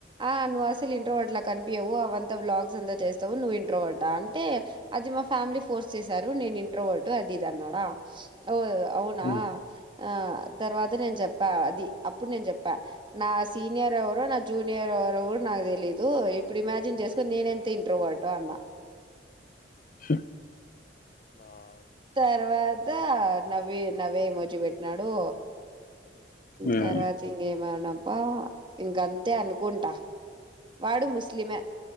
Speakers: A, on the right; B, on the left.
A: ఆ నువ్వసలు ఇంట్రోవర్టలా కనిపియవు అవంతా వ్లాగ్స్ అంతా చేస్తావు నువ్వు ఇంట్రోవార్టా అంటే, అది మా ఫ్యామిలీ ఫోర్స్ చేసారు నేను ఇంట్రోవర్టు అది ఇది అన్నాడా ఓ అవునా
B: హ్మ్.
A: ఆ తర్వాత నేను చెప్పా అది అప్పుడు నేను చెప్పా నా సీనియర్ ఎవరో నా జూనియర్ ఎవరో కూడా నాకు తెలీదు, ఇప్పుడు ఇమాజిన్ చే చేసుకొని నేనెంత ఇంట్రోవర్టో అన్నా
B: స
A: తర్వా తా నవ్వే నవ్వే ఎమోజీ పెట్టినాడు.
B: హ్మ్.
A: తర్వాత ఇంగేమన్న ఆ ఇంకంతే అనుకుంటా వాడు ముస్లిమే,